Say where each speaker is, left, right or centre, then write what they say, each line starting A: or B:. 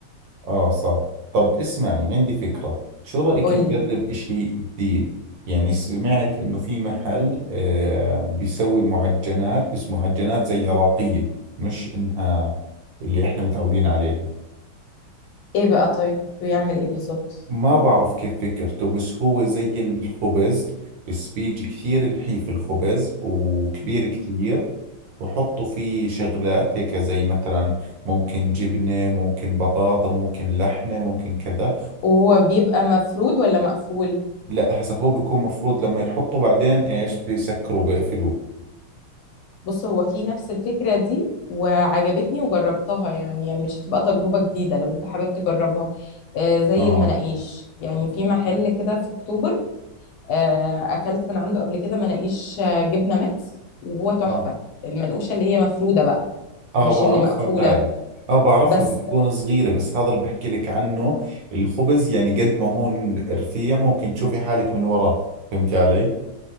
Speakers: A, on the right; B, on the left.
A: آه صح طب اسمعي عندي فكرة شو رأيك
B: قول
A: نجرب
B: لي
A: إشي جديد يعني سمعت إنه في محل آه بيسوي معجنات بس معجنات زي عراقية مش إنها اللي إحنا متعودين عليها
B: ايه بقى طيب بيعمل ايه بالظبط
A: ما بعرف كيف فكرته بس هو زي الخبز بس بيجي كثير نحيف الخبز وكبير كثير وحطوا فيه شغلات هيك زي مثلا ممكن جبنة ممكن بطاطا ممكن لحمة ممكن كذا
B: وهو بيبقى مفرود ولا مقفول
A: لا هسه هو بيكون مفروض لما يحطوا بعدين ايش بيسكروا بيقفلوه
B: بص هو في نفس الفكرة دي وعجبتني وجربتها يعني يعني مش هتبقى تجربة جديدة لو انت حابب تجربها آه زي
A: اه
B: المناقيش يعني في محل كده في اكتوبر آه اكلت من عنده قبل كده مناقيش آه، جبنة ميكس وهو تحفة
A: اه
B: المنقوشة اللي هي مفرودة بقى
A: اه
B: مش
A: بعرفها
B: اللي مقفولة
A: هاي اه بعرفها
B: بس
A: بتكون صغيرة بس هذا اللي بحكي لك عنه الخبز يعني قد ما هون رفيع ممكن تشوفي حالك من وراه فهمتي علي